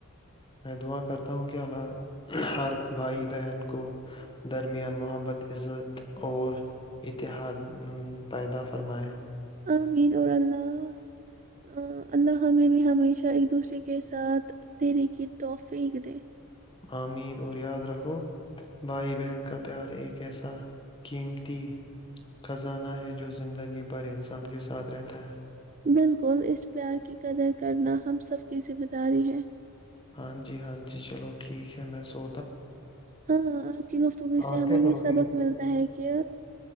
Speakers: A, on the left; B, on the right.
A: میں دعا کرتا ہوں کہ اللہ ہر بھائی بہن کو درمیان محبت عزت اور اتحاد پیدا فرمائے
B: آمین اور اللہ اللہ ہمیں بھی ہمیشہ ایک دوسرے کے ساتھ دیر کی توحفیق دے
A: آمین اور یاد رکھو بھائی بہن کا پیار ایک ایسا قیمتی خزانہ ہے جو زندگی بھر انسان کے ساتھ رہتا ہے
B: بالکل اس پیار کی قدر کرنا ہم سب کی ذمہ داری ہے
A: ہاں جی ہاں جی چلو ٹھیک ہے میں سو
B: ہاں آج کی گفتگو سے
A: آپ
B: ہمیں
A: کیا
B: یہ
A: کرو
B: سبق
A: گے اب
B: ملتا ہے کہ